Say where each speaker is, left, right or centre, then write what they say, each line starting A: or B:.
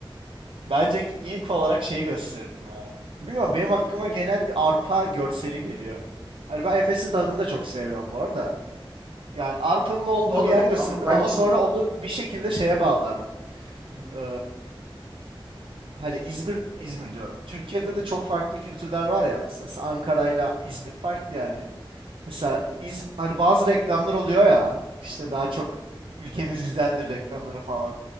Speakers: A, on the right; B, on the right.
A: bence ilk olarak şeyi gösterirdim ya. Bilmiyorum
B: <laughs>
A: benim aklıma genel bir arpa görseli geliyor. Hani ben Efes'in tadını da çok seviyorum bu arada. Yani arpanın olduğu
B: Oğlum
A: bir yer gösterdim
B: ama bak
A: ama
B: şimdi.
A: sonra onu bir şekilde şeye bağlardım.
B: Hı.
A: Ee, hani İzmir, İzmir diyorum. Türkiye'de de çok farklı kültürler var ya. Mesela Ankara'yla İzmir farklı yani. Mesela iz, hani bazı reklamlar oluyor ya işte daha çok ülkemiz güzeldir reklamları falan.